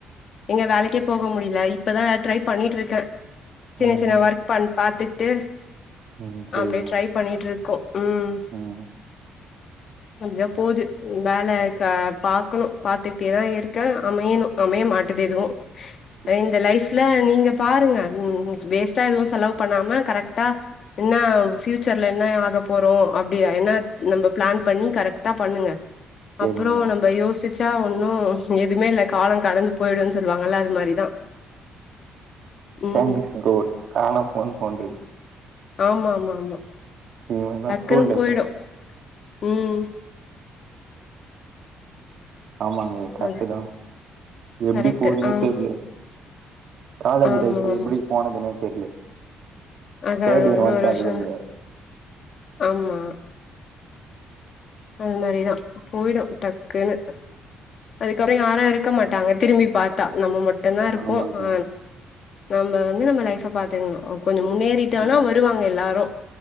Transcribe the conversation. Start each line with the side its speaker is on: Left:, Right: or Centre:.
Left: எங்க வேலைக்கே போக முடில இப்பதா நா ட்ரை பண்ணிட்ருக்க சின்ன
Right: ம்
Left: சின்ன ஒர்க் பண் பாத்துட்டு
Right: ம் சரிங்க
Left: அம்டியே ட்ரை பண்ணிட்ருக்கோ ம்
Right: ம்
Left: அப்தா போது ம் வேல கா பாக்கணு பாத்துட்டேதா இருக்க அமையணு அமைய மாட்டுது எதுவு
Right: <inaudible>
Left: இந்த லைஃப்ல நீங்க பாருங்க ம் இன்னிக்கு வேஸ்ட்டா எதுவு செலவு பண்ணாம கரெக்டா என்னா ஃபியூச்சர்ல என்ன ஆக போறோ அப்டியா என்ன நம்ப பிளேன் பண்ணி கரெக்டா பண்ணுங்க
Right: சரிங்க
Left: அப்புறோ நம்ப யோசிச் ச்சா ஒன்னு எதுமே இல்ல காலங் கடந்து போயிடுன் சொல்லுவாங்கல்ல அது மாரிதா ம்
Right: டைம் இஸ் கோல்டு காலம் பொன் போன்றது
Left: ஆமாமாமா
Right: இனிமேதா
Left: டக்குனு
Right: ஸ்கூல்ல
Left: போய்டு
Right: சொல்லு
Left: ம்
Right: ஆமாங்க கரெக்டு
Left: அது
Right: தா எப்டி
Left: கரெக்ட்
Right: போதுன்னே
Left: ஆமா
Right: தெர்ல காலேஜ்ஜு
Left: ஆமா
Right: லைஃப்பு
Left: ஆமா
Right: எப்டி போனதுனே தெர்ல
Left: அதா
Right: தேர்ட்
Left: ஆ
Right: இயர்
Left: இன்னு
Right: வந்ட்ட
Left: ஒரு வருஷோங்
Right: அது வழியா
Left: கழுச் ஆமா அது மாரி தா போய்டு டக்குன்னு அதுக்கப்பறோ யாரு இருக்க மாட்டாங்க திரும்பி பாக் ட்டா நம்ம மட்டுந்தா இருப்போ
Right: ஆமாங்க
Left: ஆ நம்ப வந்து நம்ம லைஃப்ப பாத்துகணு கொஞ்சோ முன்னேறிட்டோனா
Right: ஆ
Left: வருவாங்க எல்லாரு